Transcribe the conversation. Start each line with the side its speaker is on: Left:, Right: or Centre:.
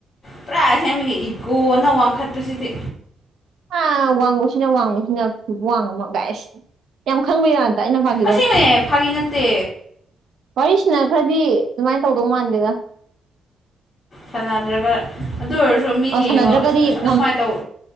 Left: ꯄꯨꯔꯥ ꯑꯁꯦꯡꯕꯒꯤ ꯏꯒꯣꯅ ꯋꯥꯡꯈꯠꯄꯁꯤꯗꯤ
Right: ꯑ ꯋꯥꯡꯕꯁꯤꯅ ꯋꯥꯡꯕꯁꯤꯅ ꯋꯥꯡꯉꯃꯒꯥꯏꯁꯤ ꯌꯥꯝ ꯈꯪꯕ ꯌꯥꯗꯦ ꯇ ꯑꯩꯅ ꯐꯒꯤꯗꯕ
Left: ꯑꯁꯦꯡꯕꯅꯦ ꯐꯥꯒꯤ ꯅꯠꯇꯦ
Right: ꯋꯥꯔꯤꯁꯤꯅ ꯈꯔꯗꯤ ꯑꯗꯨꯃꯥꯏꯅ ꯇꯧꯗꯧ ꯃꯥꯟꯗꯦꯗ
Left: ꯐꯅꯗ꯭ꯔꯒ ꯑꯗꯨ ꯑꯣꯏꯔꯁꯨ ꯃꯤ
Right: ꯑ
Left: ꯌꯦꯡꯉꯣ
Right: ꯁꯥꯟꯅꯗ꯭ꯔꯒꯗꯤ
Left: ꯑ ꯑꯁꯨꯃꯥꯏꯅ ꯇꯧ